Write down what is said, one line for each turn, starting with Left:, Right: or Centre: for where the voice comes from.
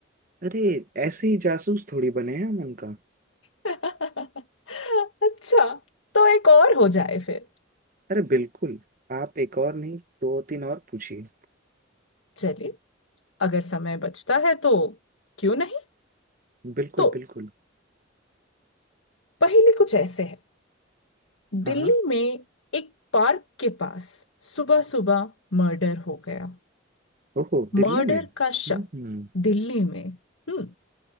Right: अरे ऐसे ही जासूस थोड़ी बने हैं हम उनका
Left: <laughs> अच्छा तो एक और हो जाए फिर
Right: अरे बिल्कुल आप एक और नहीं दो तीन और पूछिए
Left: चलिए अगर समय बचता है तो क्यों नहीं
Right: बिल्कुल
Left: तो
Right: बिल्कुल
Left: पहेली कुछ ऐसे है दिल्ली
Right: हाँ हाँ
Left: में एक पार्क के पास सुबह सुबह मर्डर हो गया
Right: ओहो
Left: मर्डर
Right: दिल्ली में हम्म
Left: का शक
Right: हम्म,
Left: दिल्ली में हम्म